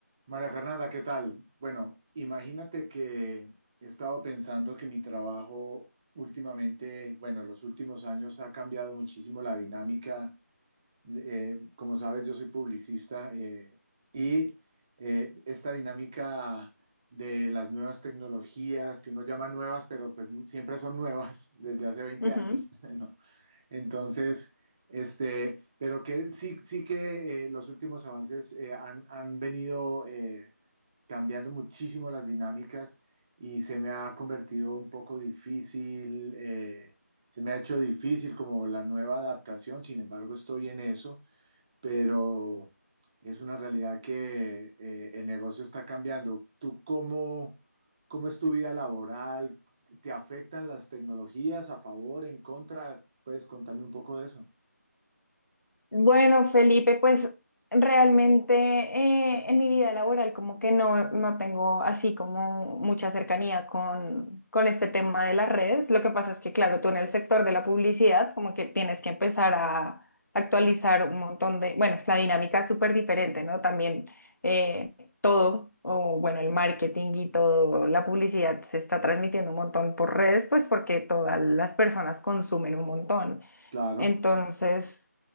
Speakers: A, on the right; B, on the left.
A: María Fernanda, ¿qué tal? Bueno, imagínate que he estado pensando que mi trabajo últimamente, bueno, en los últimos años ha cambiado muchísimo la dinámica. Eh, como sabes, yo soy publicista eh, y eh, esta dinámica de las nuevas tecnologías, que uno llama nuevas, pero pues siempre son nuevas <laughs> desde hace veinte
B: Ujú.
A: años, <laughs> ¿no? Entonces... Este, pero que sí, sí que eh, los últimos avances eh, han, han venido eh, cambiando muchísimo las dinámicas y se me ha convertido un poco difícil, eh, se me ha hecho difícil como la nueva adaptación, sin embargo estoy en eso, pero es una realidad que eh, el negocio está cambiando. ¿Tú cómo, cómo es tu vida laboral? ¿Te afectan las tecnologías a favor, en contra? ¿Puedes contarme un poco de eso?
B: Bueno, Felipe, pues realmente eh, en mi vida laboral como que no, no tengo así como mucha cercanía con, con este tema de las redes. Lo que pasa es que, claro, tú en el sector de la publicidad como que tienes que empezar a actualizar un montón de, bueno, la dinámica es súper diferente, ¿no? También eh, todo, o bueno, el marketing y todo, la publicidad se está transmitiendo un montón por redes, pues porque todas las personas consumen un montón.
A: Claro.
B: Entonces...